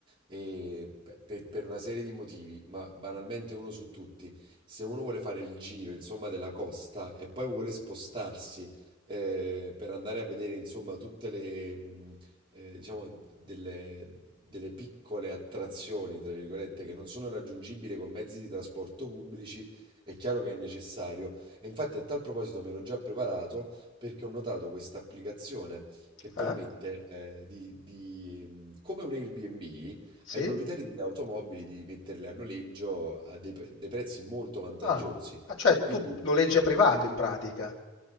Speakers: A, on the right; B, on the left.
A: e pe- per, per una serie di motivi, ma banalmente uno su tutti, se uno vuole fare il giro, insomma, della costa e poi vuole spostarsi eh, per andare a vedere, insomma, tutte le, mh, eh, diciamo, delle, delle piccole attrazioni, tra virgolette, che non sono raggiungibili con mezzi di trasporto pubblici, è chiaro che è necessario. E infatti a tal proposito mi ero già preparato perché ho notato questa applicazione che permette
B: Eh?
A: eh, di, di, mh, come un Airbnb,
B: Sì?
A: ai proprietari delle automobili di metterle a noleggio a dei, pre- dei prezzi molto vantaggiosi.
B: Ah, Ah, cioè
A: Quindi,
B: tu noleggi a privato in pratica.